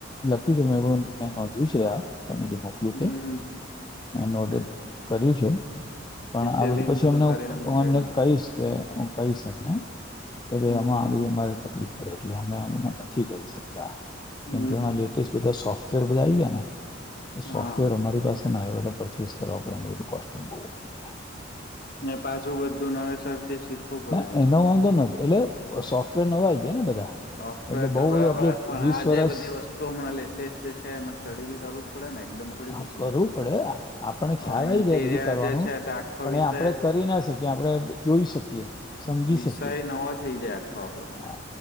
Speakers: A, on the left; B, on the left.
A: મે મે નોંધ્યું છે? તમે જે મોકલ્યું
B: હમ
A: તે. મે નોડિટ કર્યું છે. પણ
B: ડિટેલિંગ
A: આ બધું પછી એમને
B: કરીને મુકાયેલો
A: હું એમને કહીશ કે હું કહીશ એમને. કે ભાઈ
B: હમ
A: આમાં આ બધી અમારે તકલીફ પડે એટલે અમે હમણાં નથી કરી શકતા.
B: હમ
A: કેમ કે એમાં
B: હમ
A: લેટેસ્ટ બધા સોફ્ટવેર બધા આવી ગયા ને
B: હા
A: સોફ્ટવેર અમારી પાસે ના એ બધા પરચેસ કરવા પડે એને બધું કોસ્ટિંગ બહું ઓછું ને.
B: ને પાછું બધું નવેસર થી શીખવું પડે
A: ના
B: અવેતો.
A: એનો વાંધો નથી એટલે સોફ્ટવેર નવાઈ ગયા ને બધા.
B: સોફ્ટવેર
A: એટલે બહુ
B: તો બરાબર
A: બધું અપડેટ
B: પણ
A: વીસ
B: આ
A: વર્ષ
B: જે બધી વસ્તુ અમણાં લેટેસ્ટ જે છે એમાં સ્ટડી બી કરવું જ પડે ને એકદમ થોડી
A: હા
B: ઘુસી
A: કરવું
B: જાય.
A: પડે આ આપણને
B: અવે
A: ખ્યાલ આવી
B: ઇન્ટીરિયર
A: જાય બધું કરવાનું
B: જે છે તે આખો
A: પણ
B: વિષય
A: એ આપણે કરી ના શકીએ આપણે જોઈ શકીએ સમજી
B: વિષય
A: શકીએ
B: નવો થઈ જાય આખો આપણા માટે.
A: હા